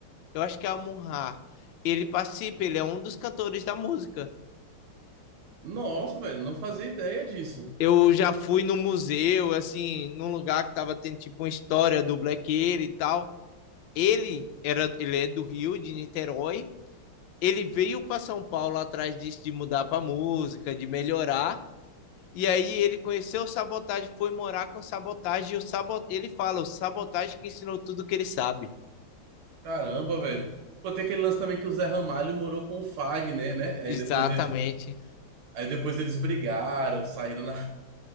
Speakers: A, on the left; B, on the right.
A: eu acho que é a Munhá. Ele participa, ele é um dos cantores da música.
B: Nossa, velho, não fazia ideia disso.
A: Eu já fui no museu, assim, num lugar que tava tendo tipo uma história do Black Alien e tal. Ele era, ele é do Rio, de Niterói. Ele veio para São Paulo atrás disso de mudar para música, de melhorar. E aí ele conheceu o Sabotagem, foi morar com o Sabotagem e o Sabo... ele fala, o Sabotagem que ensinou tudo que ele sabe.
B: Caramba, velho. Pô, tem aquele lance também que o Zé Ramalho morou com o Fagner, né? Aí
A: Exatamente.
B: depois eles Aí depois eles brigaram, saíram na...